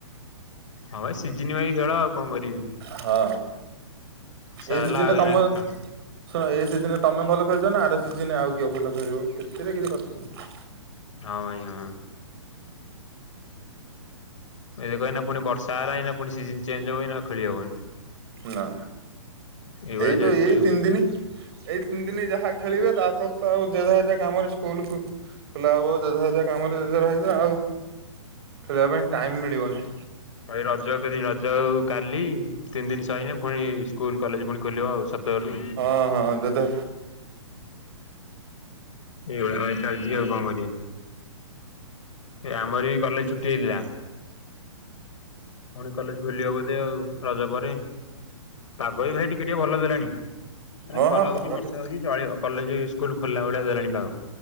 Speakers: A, on the left; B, on the right.
A: ହଁ ଭାଇ ସିଜିନୱାଇ ଖେଳ ଆଉ କଣ କରିବେ।
B: ହଁ ଏ
A: ହେଲା
B: ସିଜିନ୍
A: ଆଉ
B: ରେ
A: ଏଇନା
B: ତମ
A: ଖେ
B: ଶୁଣ ଏ ସିଜିନେ ତମେ ଭଲ ଖେଳୁଛ ନା ଆର ସିଜିନେ ଆଉ କିଏ ଭଲ ଖେଳିବ ସେଥିରେ କିଛି କଥା ନାହିଁ।
A: ହଁ ଭାଇ ହଁ। ଏ ଦେକ ଏଇନା ପୁଣି ବର୍ଷା ହେଲା ଏଇନା ପୁଣି ସିଜନ ଚେଞ୍ଜ ହବ ଏଇନା ଖେଳି ହବନି।
B: ନା
A: ଏଇଭଳିଆ
B: ଏଇ
A: ଚାଲିଛି
B: ତ ଏଇ
A: ଆଉ
B: ତିନ ଦିନି। ଏଇ ତିନି ଦିନ ଯାହା ଖେଳିବେ ତାପ ତ ଆଉ ଯେଝା ଯେଝା କାମରେ ସ୍କୁଲକୁ ଖୋଲା ହବ ଯେଝା ଯେଝା କାମରେ ଯେଜା ରହିବେ ଆଉ ଖେଳିବା ପାଇଁ ଟାଇମ ମିଳିବନି।
A: ଭାଇ ରଜ କେଦିନ ରଜ ଆଉ କାଲି ତିନି ଦିନ ସଇନେ ପୁଣି ସ୍କୁଲ କଲେଜ ପୁଣି ଖୋଲିବ ଆଉ ସତରରୁ।
B: ହଁ ହଁ ଯେଝା
A: ଏଇଭଳିଆ ବାଇ ଚାଲିଛି ଆଉ କଣ କରିଆ। ଏ ଆମର ବି କଲେଜ ଛୁଟି ହେଇଥିଲା। ପୁଣି କଲେଜ ଖୋଲିଅ ବୋଧେ ଆଉ ରଜ ପରେ। ପାଗ ବି ଭାଇ ଟିକେ ଟିକେ ଭଲ ଦେଲାଣି ମାନେ
B: ହଁ
A: ଖରା
B: ହଁ
A: ହଉଛି
B: ପାଗ
A: ବର୍ଷା
B: ଠିକ୍
A: ହଉଛି ଚଳିବ। କଲେଜ ସ୍କୁଲ ଖୋଲା ଭଳିଆ ଦେଲାଣି ପାଗ